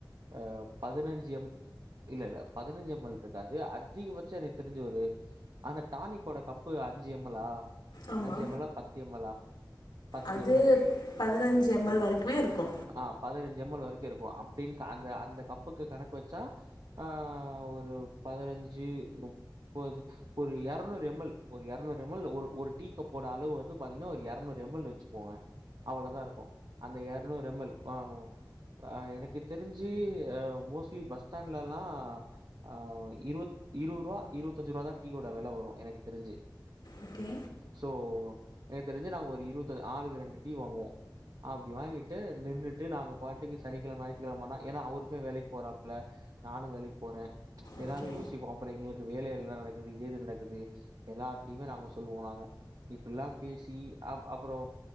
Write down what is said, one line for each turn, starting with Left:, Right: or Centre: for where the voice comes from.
Right: அ பதினஞ்சு எம் இல்ல இல்ல பதினஞ்சு எம் எல் இருக்காது அதிகபட்சம் எனக்கு தெரிஞ்சு ஒரு அந்த டானிக்கோட கப் பு அஞ்சு எம் எல் லா
Left: ஆமா
Right: அஞ்சு எம் எல் லா பத்து எம் எல் லா பத்து
Left: அது
Right: எம் எல் லு
Left: பதினஞ்சு எம் எல் வரைக்குமே இருக்கு
Right: ஆ பதினஞ்சு எம் எல் வரைக்கு இருக்கு அப்டின்னு அந்த அந்த கப்புக்கு கணக்கு வச்சா ஆ ஒரு பதினஞ்சு முப்பது ஒரு எரநூறு எம் எல் ஒரு இரநூறு எம் எல் ஒரு ஒரு டீ கப்போட அளவு வந்து பாத்தீங்கன்னா ஒரு இரநூறு எம் எல் வச்சுக்கோங்க அவ்ளோதா இருக்கு அந்த இரநூறு எம் எல் லு ஓ அ எனக்கு தெரிஞ்சு அ மோஸ்ட்லி பஸ் ஸ்டாண்ட்லல்லா ஆ இருவத் இருவரூவா இருபத்தஞ்சு ரூவா தா டீயோட வெலை வரு எனக்கு தெரிஞ்சு
Left: ஓகே
Right: சோ எனக்கு தெரிஞ்சு நாங்க ஒரு இருவத் ஆளுக்கு ரெண்டு டீ வாங்குவோ அப்டி வாங்கிட்டு நின்னுட்டு நாங்க பாட்டுக்கு சனிக்கிழம ஞாயித்கிழம ஆண்ணா ஏன்னா அவருமே வேலைக்கு போறாப்புல நானு வேலைக்கு போறே எல்லாமே
Left: ஓகே
Right: யோசிப்போ அப்புறோ எங்களுக்கு வேலை எல்லா நடக்குது ஏது நடக்குது எல்லாத்தையுமே நாங்க சொல்லுவோ நாங்க இப்டில்லா பேசி அ அப்றோ